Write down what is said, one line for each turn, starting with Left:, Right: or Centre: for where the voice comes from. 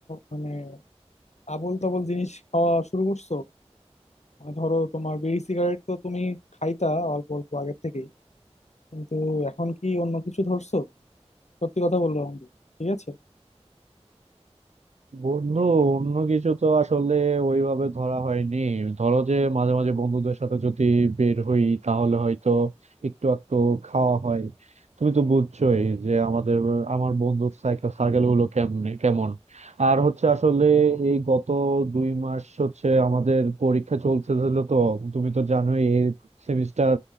Left: মানে আবোল তাবোল জিনিস খাওয়া শুরু করছো মানে ধরো তোমার বিড়ি সিগারেট তো তুমি খাইতা অল্প অল্প আগের থেকে কিন্তু এখন কি অন্য কিছু ধরছো সত্যি কথা বললো বন্ধু ঠিক আছে
Right: বন্ধু অন্য কিছু তো আসলে ওইভাবে ধরা হয়নি ধরো যে মাঝে মাঝে বন্ধুদের সাথে যদি বের হই তাহলে হয়তো একটু একটু খাওয়া হয় তুমি তো বুঝছোই যে আমাদের আমার বন্ধুর সাইকেল সার্কেল গুলো কেমনে কেমন আর হচ্ছে আসলে এই গত দুই মাস হচ্ছে আমাদের পরীক্ষা চলতেছিল তো তুমি তো জানোই এই সেমিস্টার